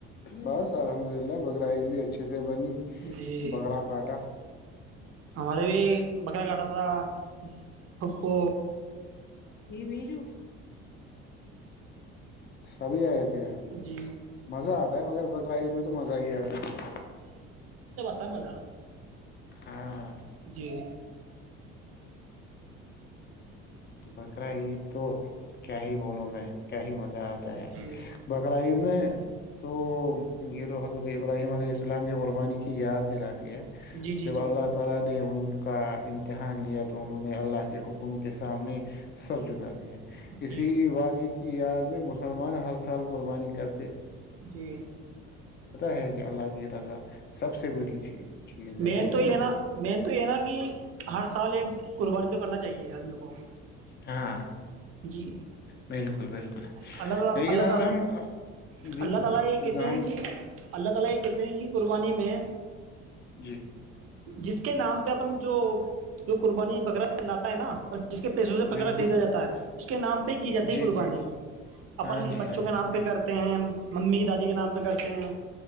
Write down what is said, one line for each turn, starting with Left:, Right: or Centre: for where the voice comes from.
Left: بس الحمد للہ ب پرائز بھی اچھے سے سے بنی
Right: جی
Left: بکرا کاٹا
Right: ہمارے بھی بکرا کاٹا تھا پھو
Left: یہ م جوو سبھی آئے تھے
Right: جی
Left: مزہ آتا ہے مگر بقرا عید میں تو مزہ ہی آتا ہے
Right: ست مزہ
Left: ہاں
Right: جی
Left: بکرا عید تو کیا ہی بولوں میں کیا ہی مزہ آتا ہے
Right: جی
Left: بکرا عید میں تو یہ تو حضرت ابراہیم علیہ السلام یہ قربانی کی کی یاد دلاتی ہے
Right: جی جی
Left: جب
Right: جی
Left: اللہ تعالی نے ان کا امتحان لیا تو انہوں نے اللہ کے حکم کے سامنے سر جکا دیا اسی
Right: جی
Left: واقعے کی یاد میں مسلمان ہر سال قربانی کر
Right: جی
Left: ہے کہ اللہ کی رضا سب سے بڑی چی- چیز ہے
Right: مین
Left: ہے کہ
Right: تو یہ
Left: نہیں
Right: نا مین تو یہ نا کہ ہر سال ایک قربانی تو کرنا چاہیے آدمی کو
Left: ہاں
Right: جی
Left: بالکل بالکل
Right: اللہ تعالی
Left: لیکن
Right: اللہ
Left: اگر
Right: تعالی
Left: ہم بالکل
Right: اللہ تعالی یہ کہتے
Left: ہم
Right: ہیں کہ اللہ تعالی کہتے ہیں کہ قربانی میں
Left: جی
Right: جس کے نام پر اپن جو جو قربانی وغیرہ لاتا ہے نہ جس کے پیسوں سے بکرا
Left: بالکل
Right: خریدا جاتا ہے اس کے نام پہ کی جاتی
Left: جی
Right: قربانی اپن
Left: ہاں جی
Right: بچوں
Left: ہاں جی
Right: کے نام
Left: ہاں جی
Right: پہ کرتے ہیں ممی دادی کے نام پہ کرتے ہیں